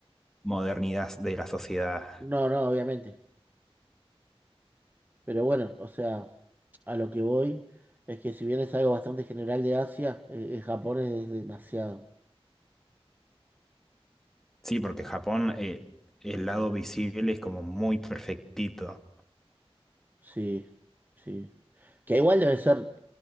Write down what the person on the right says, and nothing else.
no, no, obviamente. Pero bueno, o sea, a lo que voy es que si bien es algo bastante general de Asia, eh, eh, Japón es demasiado.
Sí, sí. Que igual debe ser